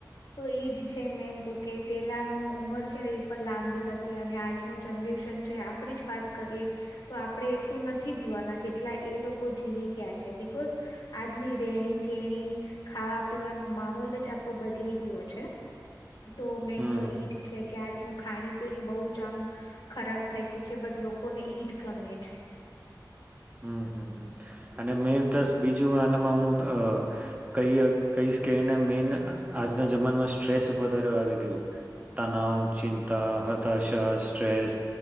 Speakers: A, on the left; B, on the right.
A: તો એજ છે મેન તો કે પેલાનું ઉંમર છે ને એ પણ લાંબી હતી અને આજનું જનરેશન છે આપડી જ વાત કરીએ તો આપણે એટલું નથી જીવવાના જેટલા એ લોકો જીવી ગયા છે બિકઝ આજની રેણી કેણી ખાવા પીવાનો માહોલ જ આો બદલી ગયો છે તો મેન
B: હમ
A: તો એઈ જ છે કે આજનું ખાણી પીણી બહુ જ આમ ખરાબ થઈ ગયું છે બટ લોકોને એઈજ ગમે છે
B: હમ હમ અને મેન પ્લસ બીજું આનામાં હું ક કહીશ કે એને મેઈન આજના જમાનામાં સ્ટ્રેસ વધારે આવી ગયું તનાવ ચિંતા હતાશા સ્ટ્રેસ